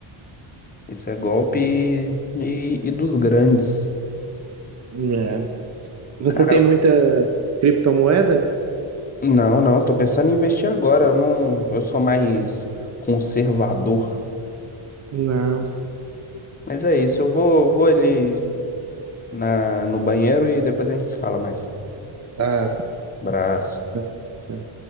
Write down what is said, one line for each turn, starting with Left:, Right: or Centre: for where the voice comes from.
Left: Isso é golpe e, e- e dos grandes.
Right: É. Você
Left: Cara,
Right: tem
Left: eu-
Right: muita criptomoeda?
Left: não, não, tô pensando em investir agora. Eu não, eu sou mais conservador.
Right: Não.
Left: Mas é isso, eu vou, vou ali na, no banheiro e depois a gente se fala mais.
Right: Ah,
Left: Abraço.
Right: já, já.